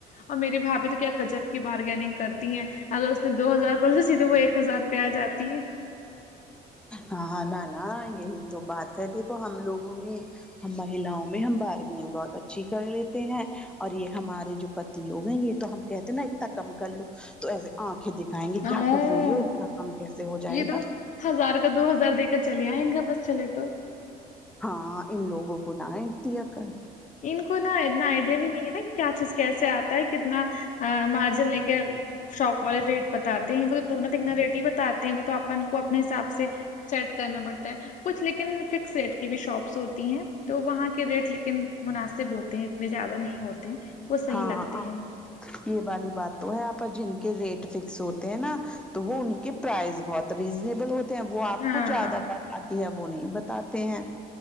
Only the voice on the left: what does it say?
اور میری بھابی تو کیا گجب کی بارگیننگ کرتی ہیں اگر اس نے دو ہزار پر سے سیدھے وہ ایک ہزار پہ آ جاتی ہے
ہیں
یہ تو
ہزار دو ہزار دے کےچلے آے ان کا بس چلے تو
ان کو نا اتنا آئیڈیا بھی نہیں ہے نا کہ کیا چیز کیسے آتا ہے کتنا مارجن لے کے شاپ والے ریٹ بتاتے ہیں وہ تو دگنا تگنا ریٹ ہی بتاتے ہیں وہ توپ اپن کو اپنے حساب سے سیٹ کرنا پڑتا ہے کچھ لیکن فکس ریٹ کی بھی شاپس ہوتی ہیں تو وہاں کے ریٹ لیکن مناسب ہوتے ہیں اتنے زیادہ نہیں ہوتے وہ صحیح
لگتے ہیں
ہاں